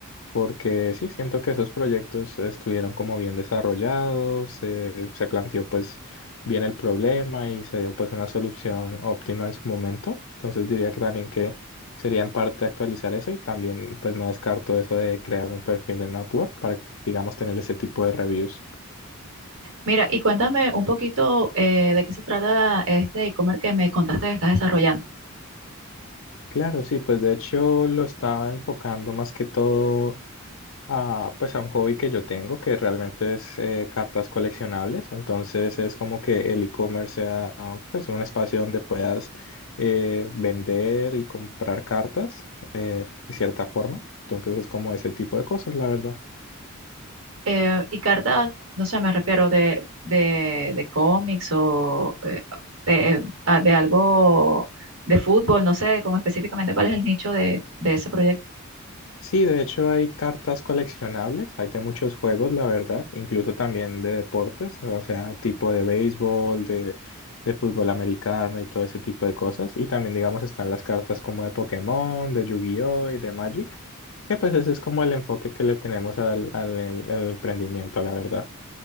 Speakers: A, on the left; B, on the right.
A: porque sí, siento que esos proyectos estuvieron como bien desarrollados, eh, se planteó pues bien el problema y se dio pues una solución óptima en su momento. Entonces diría que también que sería en parte actualizar eso y también pues no descarto eso de crearme un perfil en Upwork para, digamos, tener ese tipo de reviews.
B: Mira, y cuéntame un poquito eh, de qué se trata este e-commerce que me contaste que estás desarrollando.
A: Claro, sí, pues de hecho lo estaba enfocando más que todo. a, pues a un hobby que yo tengo que realmente es eh, cartas coleccionables. Entonces es como que el e-commerce sea ah, pues un espacio donde puedas eh, vender y comprar cartas eh, de cierta forma. Entonces es como ese tipo de cosas, la verdad.
B: Eh, y cartas, no sé, me refiero de, de, de cómics o eh, de, ah, de algo de fútbol, no sé como específicamente cuál es el nicho de, de ese proyecto.
A: Sí, de hecho hay cartas coleccionables, hay de muchos juegos, la verdad, incluso también de deportes, o sea, tipo de béisbol, de, de fútbol americano y todo ese tipo de cosas. Y también, digamos, están las cartas como de Pokémon, de Yu-Gi-Oh y de Magic, que pues ese es como el enfoque que le tenemos al, al, al emprendimiento, la verdad.